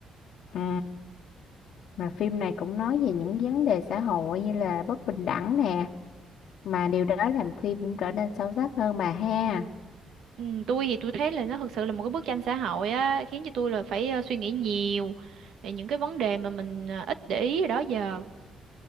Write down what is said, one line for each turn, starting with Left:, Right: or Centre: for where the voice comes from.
Left: ừ mà phim này cũng nói về những vấn đề xã hội như là bất bình đẳng nè mà điều đó làm phim cũng trở nên sâu sắc hơn bà ha
Right: Ừ, tôi thì tôi thấy là nó thực sự là một cái bức tranh xã hội á khiến cho tôi là phải ờ, suy nghĩ nhiều về những cái vấn đề mà mình ờ, ít để ý hồi đó giờ